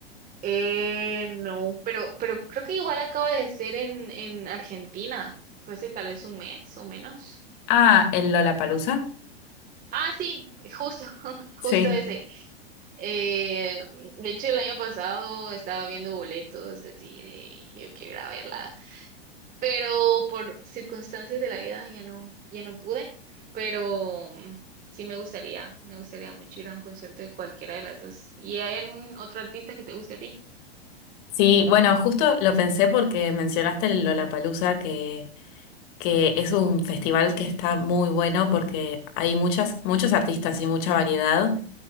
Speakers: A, on the right (about 25°); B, on the left (about 50°).
A: eh, no, pero, pero creo que igual acaba de ser en, en Argentina. Fue hace tal vez un mes o menos.
B: Ah, el Lollapalooza.
A: Ah, sí, justo, <laughs> justo
B: Sí.
A: ese. Eh, de hecho, el año pasado estaba viendo boletos así de yo quiero ir a verla. pero por circunstancias de la vida ya no, ya no pude, pero mm, sí me gustaría, me gustaría mucho ir a un concierto de cualquiera de las dos. ¿Y hay algún otro artista que te guste a ti?
B: Sí, bueno, justo lo pensé porque mencionaste el Lollapalooza, que, que es un festival que está muy bueno porque hay muchas, muchos artistas y mucha variedad.